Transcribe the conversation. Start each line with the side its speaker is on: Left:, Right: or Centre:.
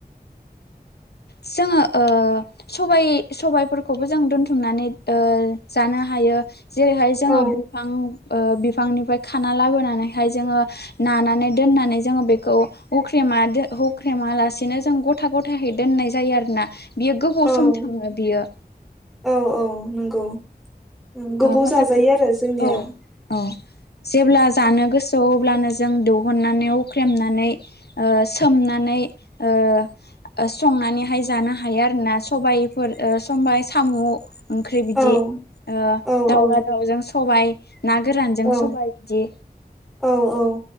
Left: जोंङो ओ सबाय सबायाइफोरखौबो जों दोनथुमनानै ओ जानो हा यो जेरैहाय जोंङो
Centre: औ
Left: बिफां ओ बिफांनिफ्राय खाना लाबोनानैहाय जोंङो नानानै दोननानै जोंङो बेखौ उख्रेम हख्रेमा लासिनो जों गथा गथा दोननाय जायो आरोना बियो गोबाव
Centre: औ
Left: सम थांङो बियो।
Centre: औ औ नंगौ उम, गोबाव
Left: मोजांयो
Centre: जाजायो आरो जोंनिया
Left: औ औ जेब्ला जानो गोसोआव अब्लानो जों दिहुननानै अख्रेमनानै सोमनानै ओ संनानैहाय जानो हायो आरोना सबायफोर ओ सबाय सामु ओंख्रि बिदि
Centre: औ
Left: ओ
Centre: औ
Left: दाउला
Centre: औ
Left: दाउजों सबाय ना गोरानजों
Centre: औ
Left: सबाय बिदि
Centre: औ औ